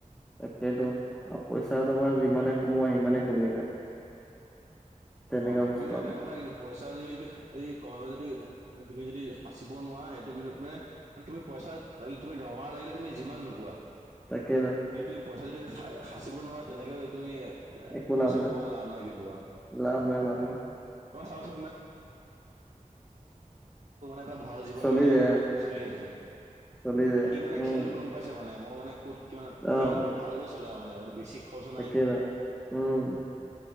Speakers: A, in the centre; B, on the right (about 55°).
A: তাকেইটো আৰু পইচা তোমাৰ যিমানে কমোৱা সিমানে কমি যায়। তেনেকা
B: অ,
A: বস্তু
B: কিন্তু
A: হলে
B: এটা কথা কিন্তু পইচা তুমি যদি, এই কমাবা যদি, তুমি যদি সাঁচিব নোৱাৰা সেইটো কিন্তু তুমি তুমি পইচা লাগিলে তুমি দৰমহা লাগিলে তুমি যিমান নোপোৱা।
A: তাকেইটো।
B: কিন্তু তুমি পইচা যদি সা সাঁচিব নোৱাৰা তেনেকে তুমি
A: একো
B: পইচা
A: লাভ নাই
B: কমাই লাভ নাই কিন্তু আৰু।
A: লাভ নাই লাভ নাই।
B: <inaudible> মানে এটা ভাল জীৱন
A: চলি
B: মানে
A: যায়
B: একেবাৰে
A: আৰু।
B: চলি আছে
A: চলি যায়
B: সি মানে
A: উম
B: খেলটো গম পাইছে মানে মই মানে ক'ত কি
A: আহ
B: সি মানে পোৰা ভালদৰে চলে আৰু মানে মানে বেছি খৰচ
A: তাকে
B: নাই।
A: উম।